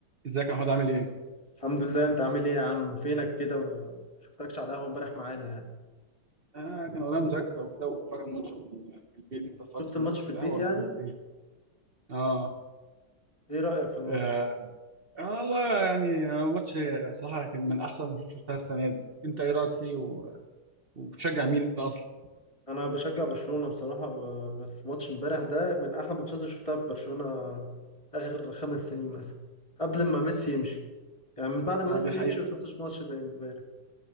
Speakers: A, on the right; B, on the left.
A: ازيك يا محمود عامل ايه؟
B: الحمد لله انت عامل ايه يا عم فينك كده ما شفتكش على القهوه امبارح معانا يعني
A: آه كان ورايا مذاكرة وكده وبتفرج على الماتش في في البيت انت اتفرجت
B: شفت
A: في
B: الماتش
A: الماتش
B: في
A: في
B: البيت
A: القهوة ولا
B: يعني
A: عملت ايه؟ اه
B: ايه رايك في الماتش
A: آه آه، والله يعني هو ماتش صراحة كان من أحسن الماتشات اللي شفتها السنة دي، أنت إيه رأيك فيه و- وبتشجع مين أصلا؟
B: انا بشجع برشلونه بصراحه ب- بس ماتش امبارح ده من احلى الماتشات اللي شفتها في برشلونه اخر خمس سنين مثلا قبل ما ميسي يمشي يعني من بعد ما
A: اه
B: ميسي
A: دي حقيقة
B: يمشي ما
A: بصراحة.
B: شفتش ماتش زي امبارح